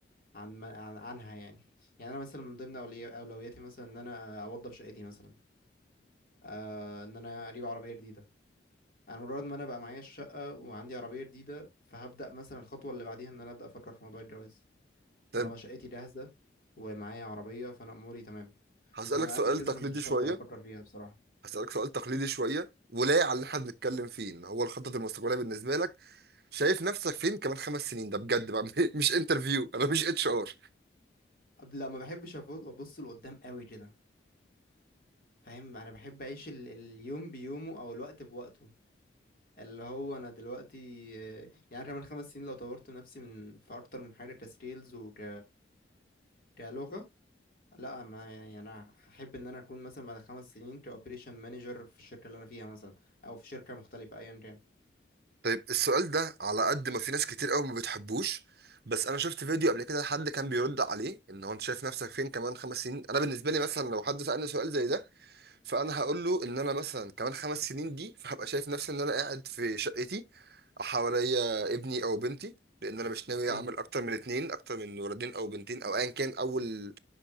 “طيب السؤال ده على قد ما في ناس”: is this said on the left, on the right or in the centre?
Right